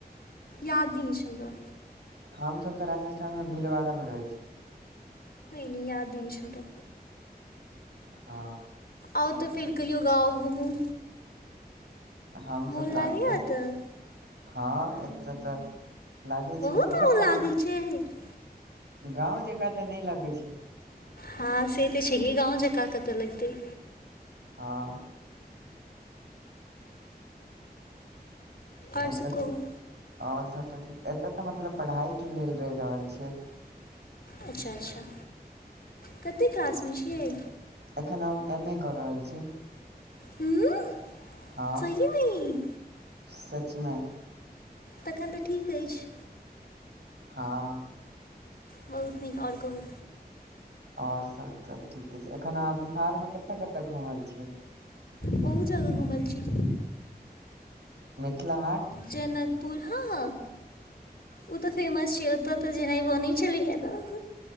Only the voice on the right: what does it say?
हम सब तऽ राजस्थान म भीलवाड़ा म रहै छियै
हँ
हम
सब
तऽ <unintelligible>
हँ एतऽ तऽ लागै
छै मतलब पढ़ाई
गाँव जेकाँ तऽ नै लगै छै
हँ
एतऽ
<inaudible> और सब तऽ ठीक एतऽ तऽ मतलब पढ़ाइ केँ लेल रहि रहल छियै
<inaudible>
एखन हम एम ए कऽ रहल छी
हँ
सचमे
हँ
और सब तऽ ठीके छैय एखन अहाँ बिहार मे कतऽ कतऽ घुमल छियै
मिथिला हाट